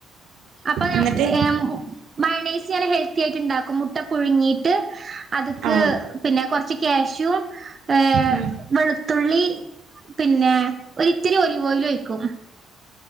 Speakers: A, on the right; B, on the right.
A: അപ്പൊ ഞാ
B: എന്നിട്ട്
A: ഏഹ് മയൊണൈസി ഞാൻ ഹെൽത്തി ആയിട്ട് ഇണ്ടാക്കും മുട്ട പുഴുങ്ങിയിട്ട്. അത്ക്ക്
B: ആഹ്
A: പിന്നെ കൊർച്ച് കാഷ്യൂ ഏഹ്.
B: ഉം
A: വെളുത്തുള്ളി പിന്നെ ഒരിത്തിരി ഒലിവോയിലും ഒയ്ക്കും.